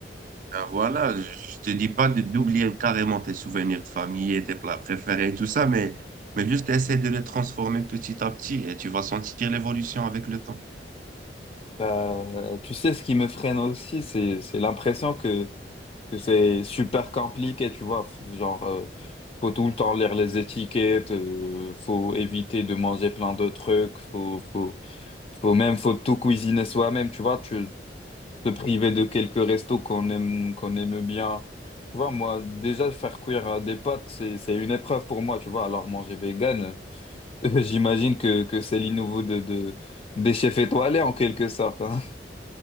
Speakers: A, on the right; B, on the left.
A: Ben voilà, je te dis pas de- d'oublier carrément tes souvenirs de famille et tes plats préférés et tout ça, mais, mais juste essaie de les transformer petit à petit et tu vas sentir l'évolution avec le temps.
B: Bah, tu sais, ce qui me freine aussi, c'est, c'est l'impression que, que c'est super compliqué, tu vois. F- Genre, euh, faut tout le temps lire les étiquettes, euh, faut éviter de manger plein de trucs, faut, faut. Faut même, faut tout cuisiner soi-même, tu vois, tu te priver de quelques restos qu'on aime, qu'on aime bien. Tu vois, moi, déjà, faire cuire euh, des pâtes, c'est, c'est une épreuve pour moi, tu vois. Alors, manger vegan, euh, <laughs> j'imagine que, que c'est l'innouveau de, de, des chefs étoilés, en quelque sorte, hein.